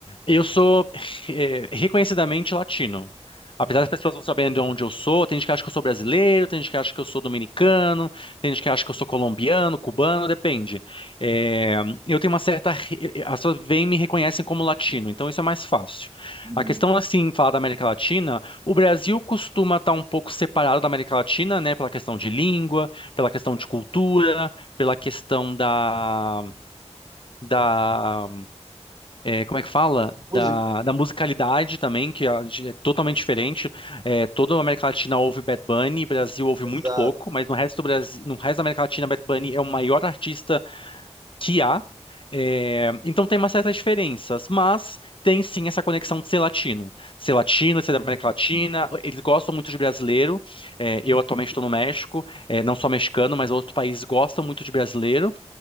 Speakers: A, on the left (about 50°); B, on the right (about 30°).
A: eu sou eh, reconhecidamente latino. Apesar das pessoas não saberem de onde eu sou, tem gente que acha que eu sou brasileiro, tem gente que acha que eu sou dominicano, tem gente que acha que eu sou colombiano, cubano, depende. Eh, eu tenho uma certa. re- As pessoas vêm e me reconhecem como latino, então isso é mais fácil.
B: Uhum.
A: A questão, assim, falar da América Latina, o Brasil costuma estar um pouco separado da América Latina, né, pela questão de língua, pela questão de cultura, pela questão da, da é, como é que fala?
B: Música?
A: Da, da musicalidade também, que a é totalmente diferente. É, toda a América Latina ouve Bad Bunny, Brasil ouve
B: Exato.
A: muito pouco, mas no resto do Brasil, no resto da América Latina, Bad Bunny é o maior artista que há. É, então tem umas certas diferenças, mas tem sim essa conexão de ser latino. Ser latino, ser da América Latina, eles gostam muito de brasileiro. É, eu atualmente estou no México, é, não só mexicano, mas outros países gostam muito de brasileiro.